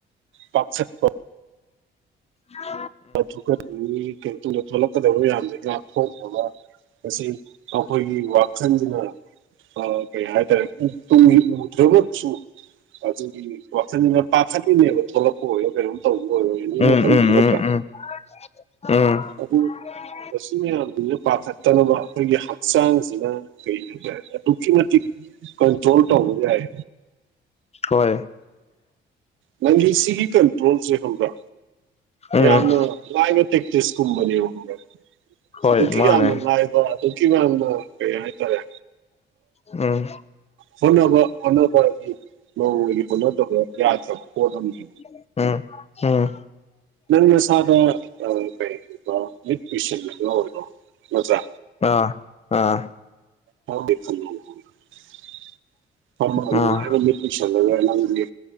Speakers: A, on the right (about 80°); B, on the left (about 30°).
A: ꯄꯈꯠꯄ
B: ꯎꯝ
A: ꯊꯨꯀꯟꯅꯤꯡꯉꯤ ꯀꯩꯇꯨꯝꯗ ꯊꯣꯛꯂꯛꯀꯗꯕ ꯃꯗ ꯉꯥꯛꯊꯣꯡꯈꯕ ꯑꯁꯤ ꯑꯩꯈꯣꯏꯒꯤ ꯋꯥꯈꯟꯖꯤꯅ ꯑ ꯀꯩ ꯍꯥꯏ ꯇꯥꯔꯦ ꯇꯨꯡꯒꯤ ꯎꯗ꯭ꯔꯒꯁꯨ ꯑꯗꯨꯒꯤ ꯋꯥꯈꯟꯅ ꯄꯥꯈꯠꯂꯤꯅꯦꯕ ꯊꯣꯛꯂꯛꯄ ꯑꯣꯏꯔꯣ ꯀꯩꯅꯣꯝ ꯇꯧꯕ ꯑꯣꯏꯔꯣ ꯍꯥꯏ
B: ꯎꯝ
A: ꯃꯇꯝꯗ
B: ꯎꯝ
A: ꯅꯠꯇ꯭ꯔꯥ
B: <unintelligible> <unintelligible>
A: ꯑꯗꯨ ꯃꯁꯤ ꯃꯌꯥꯝꯁꯤꯅ ꯄꯥꯈꯠꯇꯅꯕ ꯑꯈꯣꯏꯒꯤ ꯍꯛꯆꯥꯡꯁꯤꯅ ꯀꯩ ꯍꯥꯏ ꯇꯥꯔꯦ ꯑꯗꯨꯛꯀꯤ ꯃꯇꯤꯛ ꯀꯟꯇ꯭ꯔꯣꯜ ꯇꯧꯕ ꯌꯥꯥꯏ
B: ꯍꯣꯏ
A: ꯅꯪꯒꯤ ꯁꯤꯒꯤ ꯀꯟꯇ꯭ꯔꯣꯜꯁꯦ ꯈꯪꯕ꯭ꯔ
B: ꯎꯝ
A: ꯌꯥꯝꯅ ꯂꯥꯏꯕ ꯇꯦꯛꯇꯤꯁ ꯀꯨꯝꯕꯅꯦꯕ ꯈꯪꯕ꯭ꯔ
B: ꯍꯣꯏ
A: ꯑꯗꯨꯛꯀꯤ
B: ꯃꯥꯅꯦ
A: ꯌꯝꯅ ꯂꯥꯏ ꯕ ꯑꯗꯨꯛꯀꯤ ꯌꯝꯅ ꯀꯩ ꯍꯥꯏꯇꯥꯔꯦ
B: ꯎꯝ
A: ꯍꯣꯠꯅꯕ ꯍꯣꯠꯅꯕꯒꯤ ꯅꯣꯡꯃꯒꯤ ꯍꯣꯠꯅꯗꯕ ꯌꯥꯗ ꯄꯣꯠ ꯑꯝꯅꯤ
B: <unintelligible> ꯎꯝ
A: ꯅꯪ ꯅꯁꯗ ꯑꯥ ꯀꯔꯤꯒꯨꯝꯕ ꯃꯤꯠ ꯑꯩꯁꯤꯟꯂꯒ ꯑꯣꯏꯔꯣ ꯃꯠꯇ꯭ꯔ
B: ꯑꯥ ꯑꯥ
A: <unintelligible> ꯐꯝꯃꯒꯥ
B: ꯑꯥ
A: ꯅꯨꯉꯥꯏꯃꯟꯗ <unintelligible> ꯁꯜꯂꯒ ꯅꯪꯗꯤ